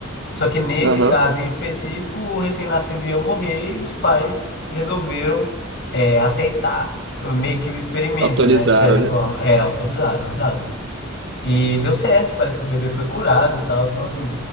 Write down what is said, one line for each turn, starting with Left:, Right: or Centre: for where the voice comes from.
Left: Só que nesse
Right: Aham.
Left: caso em específico, o recém-nascido ia morrer e os pais resolveram é, aceitar meio que o experimento,
Right: Autorizaram,
Left: né, de certa
Right: né?
Left: forma. É, autorizaram, exato. E deu certo, parece que o bebê foi curado e tal. Então, assim,